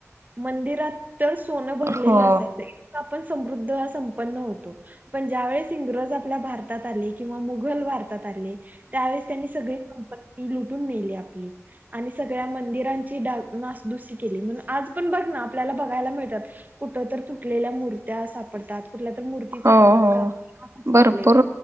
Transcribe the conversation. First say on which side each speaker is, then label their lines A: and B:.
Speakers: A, on the right (about 35°); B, on the right (about 65°).
A: मंदिरात तर सोनं भरलेलं
B: हो
A: असायचं इत पण समृद्ध सम न होत पण ज्या वेळेस इंग्रज आपल्या भारतात आले किंवा मुघल भारतात आले त्यावेळेस त्यांनी सगळी संपती लुटून नेली आपली आणि सगळ्या मंदिरांची डा नासदुसी केली म्हणून आज पण बघ ना आपल्याला बघायला मिळतात कुठ तर तुटलेल्या मूर्त्या सापडतात कुठल्या तर मूर्तीचा
B: हो
A: हातच
B: हो
A: काप
B: भरपूर
A: कापलेत